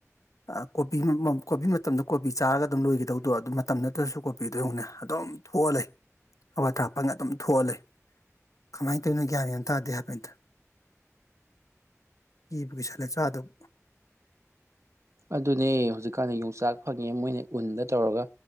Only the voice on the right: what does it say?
ꯑꯗꯨꯅꯦ ꯍꯧꯖꯤꯛꯀꯥꯟꯗꯤ ꯌꯣꯡꯆꯥꯛ ꯐꯪꯉꯦ ꯃꯣꯏꯅ ꯎꯟꯗ ꯇꯧꯔꯒ